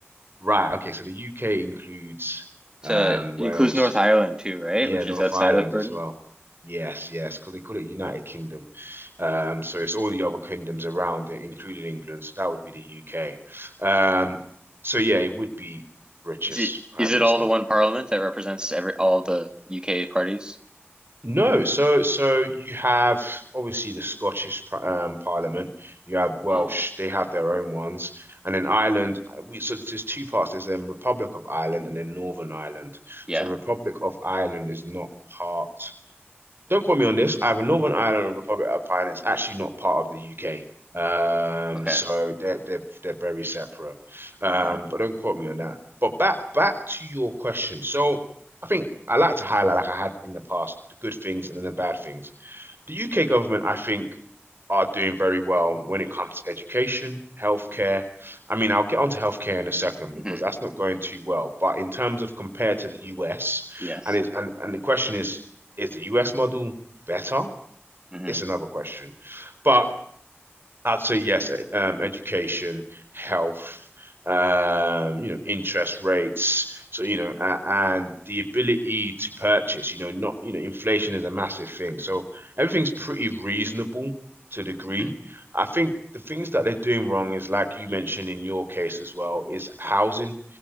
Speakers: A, on the right; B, on the right.
A: Right. Okay. So the UK includes
B: So
A: um,
B: it
A: Wales.
B: includes North Ireland too, right?
A: Yeah,
B: Which
A: North
B: is outside
A: Ireland
B: of Britain.
A: as well. Yes, yes, because they call it United Kingdom. Um, so it's all the other kingdoms around it, including England. So that would be the UK. Um, so yeah, it would be British
B: Is it
A: Prime
B: is it
A: Minister.
B: all the one parliament that represents every all the UK parties?
A: No, so so you have obviously the Scottish par- um, Parliament. You have Welsh;
B: Oh,
A: they have their own ones, and then Ireland. uh, We so there's two parts. There's um, Republic of Ireland and then Northern Ireland.
B: yeah.
A: So Republic of Ireland is not part. Don't quote me on this. Either Northern Ireland or Republic of Ireland is actually not part of the UK. Um,
B: Okay.
A: so they're they're they're very separate. Um,
B: Okay.
A: but don't quote me on that. But back back to your question. So I think I like to highlight, like I had in the past, the good things and then the bad things the UK government, I think, are doing very well when it comes to education, healthcare. I mean, I'll get onto healthcare in a second
B: hmm
A: because that's not going too well. But in terms of compared to the US,
B: Yes.
A: and it's and, and the question is, is the US model better?
B: hmm
A: It's another question. But I'd say yes, e- um, education, health, um, you know, interest rates. So, you know, uh, and the ability to purchase, you know, not, you know, inflation is a massive thing. So everything's pretty reasonable to a degree.
B: hmm
A: I think the things that they're doing wrong is, like you mentioned in your case as well, is housing.